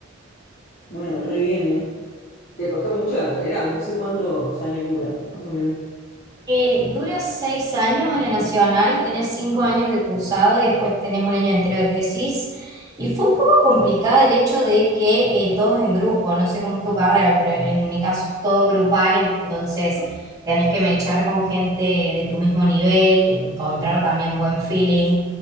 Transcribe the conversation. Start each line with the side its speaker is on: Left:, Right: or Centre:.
Left: Bueno, re bien, ¿eh? ¿Te costó mucho la carrera? No sé cuántos años dura, más o menos.
Right: Eh, dura seis años en la Nacional, tenés cinco años de cursado y después tenés un año entero de tesis. Y fue un poco complicada el hecho de que eh, todos en grupo, no sé cómo es tu carrera, pero en mi caso es todo grupal, entonces tenés que mechar con gente de tu mismo nivel, encontrar también buen feeling